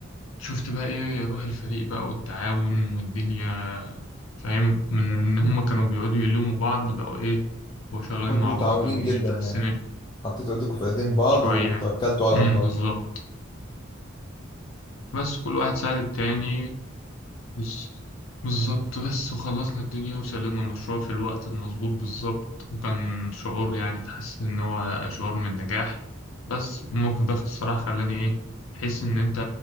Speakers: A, on the left; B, on the left.
A: شفت بقى ايه روح الفريق بقى والتعاون والدنيا فاهم من ان هم كانوا بيقعدوا يلموا بعض بقوا ايه بقوا شغالين
B: كنتوا
A: مع
B: متعاونين
A: بعض والدنيا
B: جدا
A: اتحسنت
B: يعني حطيتوا ايديكم في ايدين بعض
A: شوية
B: وتوكلتوا على
A: امم
B: الله
A: بالظبط بس كل واحد ساعد التاني بز- بالظبط بس وخلصنا الدنيا وسلمنا المشروع في الوقت المظبوط بالظبط وكان شعور يعني تحس إن هو شعور من النجاح بس الموقف ده الصراحة خلاني إيه أحس إن أنت